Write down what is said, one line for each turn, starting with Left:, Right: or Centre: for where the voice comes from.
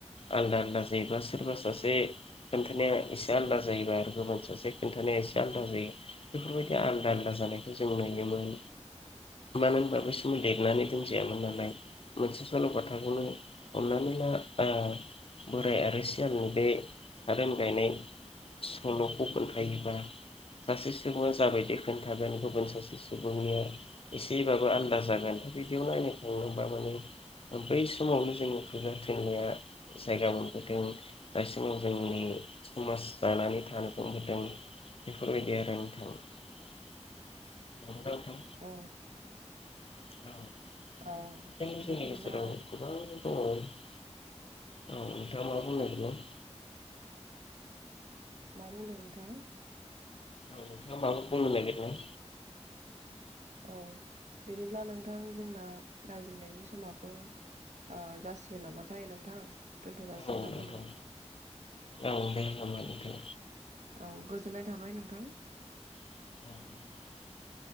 Left: आलदा आलदा जायोबा सोरबा सासे खोन्थानाया एसे आलादा जायोबा आरो गुबुन सासे खोनन्थानाया एसे आलादा जायो। बेफोरबायदि आलदा आलदा जानायखौ जों नुयोमोन। मानो होनबा बै सम लिरनानै दोनजायामोन नालाय। मोनसे सल'बाथाखौनो हमनानै ला ओ बोराय आरो सियालनि बे थारोन गायनाय सल'खौ खोन्थायायोबा सासे सुबुङा जाबायदि खोन्थागोन गुबुन सासे सुबुंनिया एसेबाबो आलदा जागोन बिदियाव नायनो थांनोबा माने ओ बै समावनो जोङो खुगा थुन्लाया जायगा मोनबोदों दायसिमाव जोंनि समाज दानानै थानो <unintelligible> बेफोरबायदि आरो नोंथां <unintelligible> नोंथां।
Right: ओ
Left: <unintelligible>
Right: ओ बिदिब्ला
Left: औ नोंथाङा मा बुं <unintelligible>
Right: मा बुंदों नोंथाङा?
Left: औ थाङा माबा बुंनो नागिरनाय?
Right: औ बिदिब्ला नोंथां जोंना रायज्लायनायनि समाबो ओ जासिगोन नामाथाय नोंथां? दोनथ' जासिगोन
Left: औ नोंथां
Right: नामा
Left: औ दे <unintelligible> नोंथां।
Right: औ गोजोननाय थाबाय नोंथां।
Left: <unintelligible>